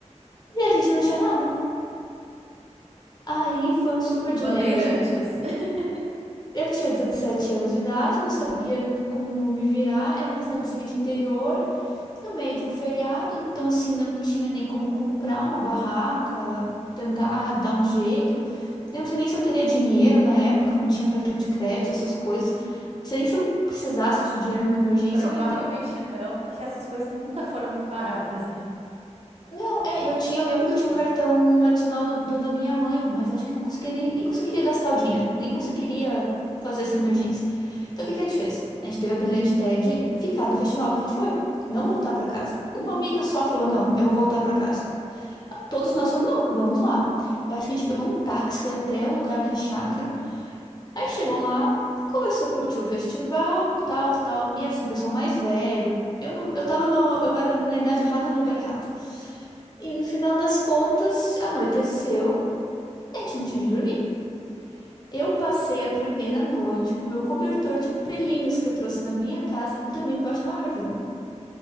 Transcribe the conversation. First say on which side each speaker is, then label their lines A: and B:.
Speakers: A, on the left; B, on the right.
A: E a gente não tinha nada. Aí foi um super dilema.
B: Bandeirantes.
A: Tinha...
B: <laughs>
A: Eu tinha 17 anos de idade, não sabia como me virar. Era uma cidadezinha de interior. no meio de um feriado, então assim não tinha nem como comprar uma barraca, tentar dar um jeito. Eu não sei nem se eu teria dinheiro na época, não tinha cartão de crédito, essas coisas. Não sei nem se eu precisasse de dinheiro numa emergência,
B: Provavelmente
A: eu ia ter.
B: não, porque essas coisas nunca foram muito baratas, né?
A: Não, é, eu tinha, eu lembro que eu tinha um cartão adicional do, do- da minha mãe, mas acho que eu não conseguia nem, nem conseguiria gastar o dinheiro, nem conseguiria fazer essa emergência. Então o que que a gente fez? A gente teve a brilhante ideia de ficar no festival que a gente foi, não voltar para casa. Uma amiga só falou: não, eu vou voltar para casa. Todos nós falamos, não, vamos lá. Eu acho que a gente pegou um táxi, foi até o lugar da chácara. Aí chegou lá, começou a curtir o festival, tal, tal. E era assim, pessoal mais velho. Eu não, eu tava no, eu era na idade errada, no lugar errado. E no final das contas, anoiteceu, e a gente não tinha onde dormir. Eu passei a primeira noite com meu cobertor de pelinhos que eu trouxe da minha casa, dormindo embaixo de uma árvore.